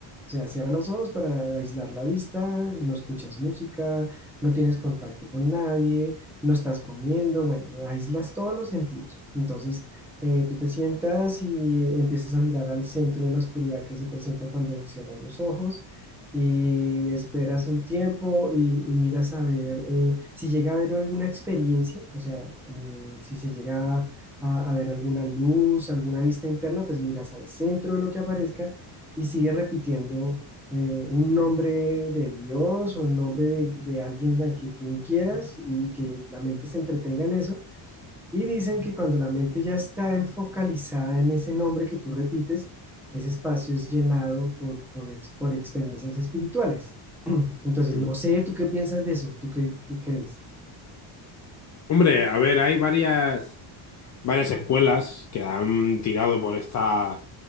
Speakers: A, in the centre; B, on the left (about 35°).
A: O sea, cierra los ojos para aislar la vista, no escuchas música, no tienes contacto con nadie, no estás comiendo, bueno, aíslas todos los sentidos. Entonces, eh, tú te sientas y empiezas a mirar al centro de la oscuridad que se presenta cuando cierras los ojos y esperas un tiempo y, y miras a ver eh, si llega a haber alguna experiencia, o sea, eh, si se llega a, a ver alguna luz, alguna vista interna, pues miras al centro de lo que aparezca y sigue repitiendo eh, un nombre de Dios o un nombre de, de alguien a quien tú quieras y que la mente se entretenga en eso. Y dicen que cuando la mente ya está enfocalizada en ese nombre que tú repites, ese espacio es llenado por, por, ex- por experiencias espirituales. <clears throat> Entonces,
B: Ujú,
A: no
B: ujú.
A: sé, ¿tú qué piensas de eso? ¿Tú qué, qué crees?
B: Hombre, a ver, hay varias. varias escuelas que han tirado por esta,